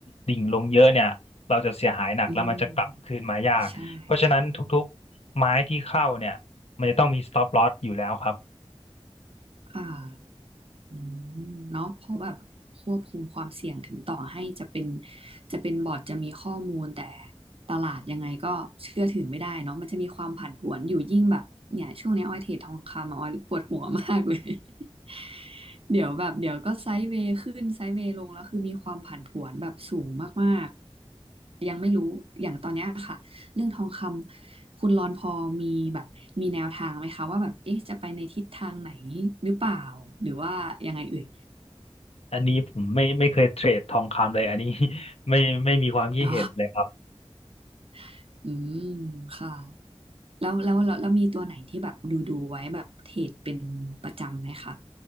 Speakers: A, on the left; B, on the right.
A: ดิ่งลงเยอะเนี่ยเราจะเสียหายหนักแล้วมันจะกลับคืนมายากเพราะฉะนั้นทุกๆไม้ที่เข้าเนี่ยมันจะต้องมี
B: อืมใช่ค่ะ
A: stop loss อยู่แล้วครับ
B: ค่ะ อืมเนาะเพราะแบบควบคุมความเสี่ยงถึงต่อให้จะเป็นจะเป็นบอร์ดจะมีข้อมูลแต่ตลาดยังไงก็เชื่อถือไม่ได้เนาะมันจะมีความผันผวนอยู่ยิ่งแบบเนี่ยช่วงนี้ออยเทรดทองคำอะออยปวดหัวมากเลย <laughs> เดี๋ยวแบบเดี๋ยวก็ไซด์เวย์ขึ้นไซด์เวย์ลงแล้วคือมีความผันผวนแบบสูงมากๆยังไม่รู้อย่างตอนเนี้ยค่ะ เรื่องทองคำคุณรอนพอมีแบบมีแนวทางไหมคะว่าแบบเอ๊ะจะไปในทิศทางไหนหรือเปล่าหรือว่ายังไงเอ่ย
A: อันนี้ผมไม่ไม่เคยเทรดทองคำเลยอันนี้ <laughs> ไม่ไม่มีความคิดเห็นเลยครับ
B: <laughs> อ๋อ <laughs> อืมค่ะแล้วแล้วแล้วแล้วมีตัวไหนที่แบบดูดูไว้แบบเทรดเป็นประจำไหมคะ